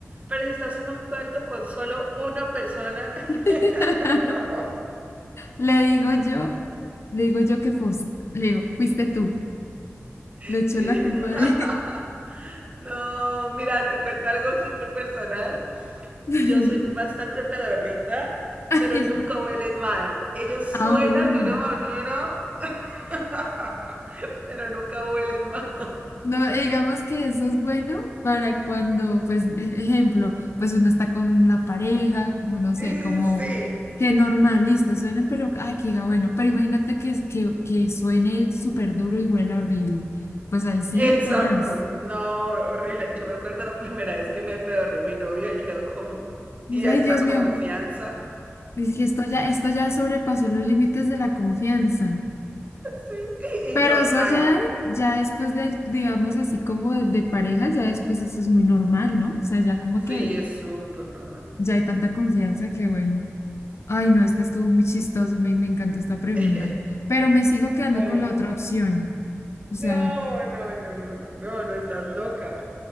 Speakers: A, on the right; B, on the left.
A: pero si estás en un cuarto con solo una persona,
B: <laughs>
A: <laughs> no.
B: Le digo yo. Le digo yo que fuiste, le digo, fuiste tú. Le
A: <laughs>
B: echó la culpa a él.
A: No, mira, te cuento algo súper personal.
B: <laughs>
A: yo soy bastante pedorrita,
B: Ay,
A: pero nunca huelen mal. Ellos suenan
B: ah, bueno.
A: de una manera, <laughs> pero nunca huelen mal.
B: No, eh, digamos que eso es bueno para cuando, pues, e- ejemplo, pues uno está con la pareja, como no sé,
A: Y
B: como
A: Sí,
B: que normal, listo, suenan, pero, ay, que diga, bueno, pero imagínate que, es- que, que suene súper duro y huela horrible. Pues ahí sí,
A: exacto.
B: tenaz.
A: No, horrible. Yo me acuerdo la primera vez que me pedorré a mi novio, él quedó como,
B: Dice,
A: y esta
B: ay, Dios
A: confianza.
B: mío, dice que esto ya, esto ya sobrepasó los límites de la confianza.
A: Sí. Y
B: Pero
A: yo,
B: eso
A: ay,
B: ya, ya después del, digamos así como de, de pareja, ya después eso es muy normal, ¿no? O sea, ya como
A: sí,
B: que
A: es súper normal.
B: ya hay tanta confianza que bueno. Ay, no, este estuvo muy chistoso, me, me
A: Sí.
B: encantó esta pregunta.
A: <laughs>
B: Pero me sigo quedando
A: Eh,
B: con la otra opción. O sea,
A: No, no, yo no, no, no, no estás loca.